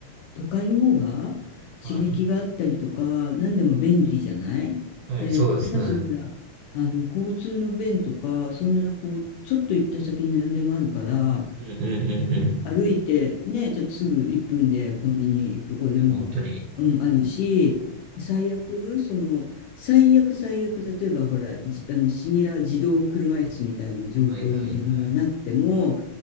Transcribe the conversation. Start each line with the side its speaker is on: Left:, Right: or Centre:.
Left: 都会の方が刺激があったりとか、
Right: はい。
Left: 何でも便利じゃないで、
Right: はい、そうですね。
Left: まずほら、あの、交通の便とか、そんなこう、ちょっと行った先に何でもあるから、
Right: うんうんうんうん。い
Left: 歩いてね、ちょっとすぐ1分でコンビニどこでも、
Right: や、本当に。
Left: うん、あるし、最悪、その、最悪最悪、例えばほら、じ、あの、シニア児童車椅子みたいな状況に自分がなっても、
Right: はいはいはい。